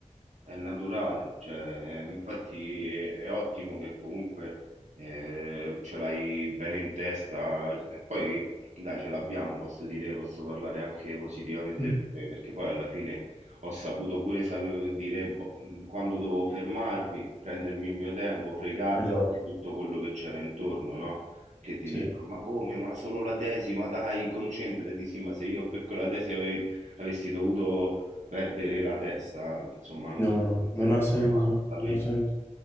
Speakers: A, on the right (about 70°); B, on the left (about 20°).
A: è naturale, cioè, infatti è, è ottimo che comunque eh, ce l'hai bene in testa e poi dai, ce l'abbiamo, posso dire, posso parlare anche positivamente
B: Mm.
A: per me, perché poi alla fine ho saputo pure sape- dire boh, mh, quando dovevo fermarmi, prendermi il mio tempo, fregarmi
B: Esatto,
A: di tutto quello che c'era intorno, no? Che ti
B: sì.
A: dicevano, ma come, ma solo la tesi, ma dai, concentrati, sì, ma se io <laughs> per quella tesi ave- avessi dovuto Perdere la testa, insomma, non
B: No, no,
A: non sarebbe
B: non ha senso,
A: mai valsa la
B: non
A: pena.
B: ha senso.